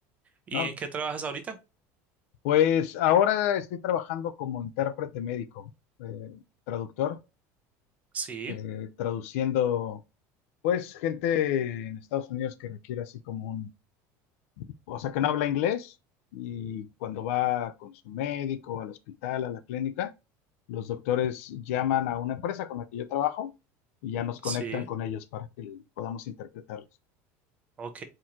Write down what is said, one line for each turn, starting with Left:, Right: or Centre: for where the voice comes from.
Right: ¿Y
Left: No,
Right: en qué trabajas ahorita?
Left: pues ahora estoy trabajando como intérprete médico, eh, traductor,
Right: Sí,
Left: eh, traduciendo pues gente en Estados Unidos que requiere así como un, o sea, que no habla inglés y cuando va con su médico al hospital, a la clínica, los doctores llaman a una empresa con la que yo trabajo y ya nos conectan
Right: sí,
Left: con ellos para que le- podamos interpretarlos.
Right: ok,